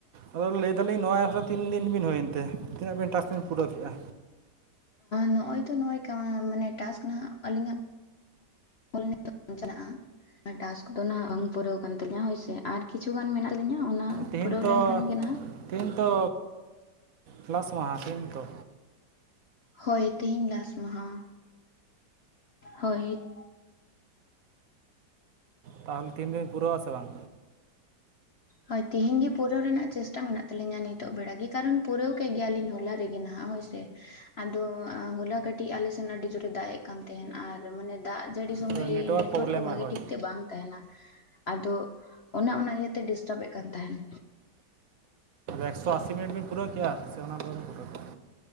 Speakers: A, on the right; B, on the left.
A: ᱟᱫᱚ ᱞᱟᱹᱭ ᱫᱟᱞᱤᱧ ᱱᱚᱣᱟ ᱮᱯᱥᱨᱮ ᱛᱤᱱ ᱫᱤᱱ ᱵᱤᱱ ᱦᱩᱭᱮᱱᱛᱮ ᱛᱤᱱᱟᱹᱜ ᱵᱤᱱ ᱴᱟᱥᱠ ᱵᱤᱱ ᱯᱩᱨᱟᱹᱣ ᱠᱮᱫᱼᱟ?
B: ᱱᱚᱜᱼᱚᱭ ᱛᱚ ᱱᱚᱜᱼᱚᱭ ᱢᱟᱱᱮ ᱴᱟᱥᱠ ᱱᱷᱟᱜ ᱟᱹᱞᱤᱧᱟᱜ ᱚᱞ ᱱᱤᱛᱚᱜ ᱪᱟᱞᱟᱜᱼᱟ᱾ ᱴᱟᱥᱠ ᱠᱚᱫᱚ ᱱᱷᱟᱜ ᱵᱟᱝ ᱯᱩᱨᱟᱹᱣ ᱠᱟᱱ ᱛᱟᱹᱞᱤᱧᱟ ᱦᱳᱭᱥᱮ, ᱟᱨ ᱠᱤᱪᱷᱩ ᱜᱟᱱ ᱢᱮᱱᱟᱜ ᱞᱤᱧᱟ. ᱚᱱᱟ
A: ᱛᱮᱦᱮᱧ
B: ᱯᱩᱨᱟᱹᱣ
A: ᱛᱚ
B: ᱞᱮᱱᱠᱷᱟᱱ ᱜᱮ ᱱᱟᱦᱟᱜ
A: ᱛᱮᱦᱮᱧ ᱛᱚ ᱠᱮᱞᱟᱥ ᱢᱟᱦᱟ ᱛᱮᱦᱮᱧ ᱛᱚ᱾
B: ᱦᱳᱭ ᱛᱮᱦᱮᱧ ᱞᱟᱥ ᱢᱟᱦᱟ ᱦᱳᱭ᱾
A: ᱛᱟᱦᱚᱞᱮ ᱛᱮᱦᱮᱧ ᱫᱚᱵᱤᱱ ᱯᱩᱨᱟᱹᱣ ᱟᱥᱮ ᱵᱟᱝ?
B: ᱦᱳᱭ ᱛᱮᱦᱮᱧ ᱜᱮ ᱯᱩᱨᱟᱹᱣ ᱨᱮᱱᱟᱜ ᱪᱮᱥᱴᱟ ᱢᱮᱱᱟᱜ ᱛᱟᱞᱤᱧᱟ ᱱᱤᱛᱚᱜ ᱵᱮᱲᱟ ᱜᱮ, ᱠᱟᱨᱚᱱ ᱯᱩᱨᱟᱹᱣ ᱠᱮᱜᱮᱭᱟᱞᱤᱧ ᱦᱚᱞᱟ ᱨᱮᱜᱮ ᱱᱷᱟᱜ᱾ ᱦᱳᱭ ᱥᱮ ᱟᱫᱚ ᱦᱚᱞᱟ ᱠᱟᱹᱴᱤᱡ ᱟᱞᱮ ᱥᱮᱱ ᱟᱹᱰᱤ ᱡᱳᱨᱮ ᱫᱟᱜ ᱮᱫ ᱠᱟᱱ ᱛᱟᱦᱮᱸᱫ ᱟᱨ ᱢᱟᱱᱮ ᱫᱟᱜ ᱡᱟᱹᱲᱤ ᱥᱚᱢᱚᱭ
A: ᱟᱫᱚ ᱱᱮᱴᱣᱟᱨᱠ
B: ᱱᱮᱴᱚᱣᱟᱨᱠ
A: ᱯᱨᱚᱵᱞᱮᱢᱟᱭ
B: ᱠᱚ ᱵᱷᱟᱜᱤ
A: ᱦᱳᱭ
B: ᱴᱷᱤᱠ ᱛᱮ ᱵᱟᱝ ᱛᱟᱦᱮᱱᱟ ᱟᱫᱚ ᱚᱱᱮ ᱚᱱᱟ ᱤᱭᱟᱹᱛᱮ ᱰᱤᱥᱴᱟᱵ ᱮᱫ ᱠᱟᱱ ᱛᱟᱦᱮᱸᱫ᱾
A: ᱮᱠᱥᱚ ᱟᱥᱤ ᱢᱤᱱᱤᱴ ᱵᱤᱱ ᱯᱩᱨᱟᱹᱣ ᱠᱮᱫᱟ ᱥᱮ ᱚᱱᱟ ᱫᱚ ᱵᱟᱵᱤᱱ ᱯᱩᱨᱟᱹᱣᱟ?